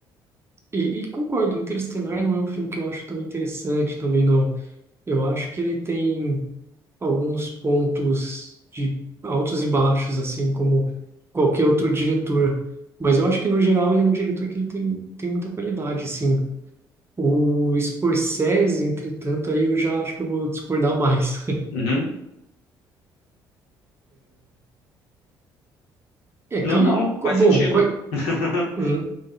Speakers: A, on the right (about 20°); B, on the left (about 65°).
A: e, e concordo, Interestelar não é um filme que eu acho tão interessante também, não. Eu acho que ele tem alguns pontos de altos e baixos, assim como qualquer outro diretor. Mas eu acho que, no geral, ele é um diretor que ele tem, tem muita qualidade, sim. O Scorsese, entretanto, aí eu já acho que eu vou discordar mais. <laughs>
B: Uhum.
A: É, é que,
B: Não, não,
A: co-
B: faz
A: bom,
B: sentido.
A: quais,
B: <laughs>
A: hum,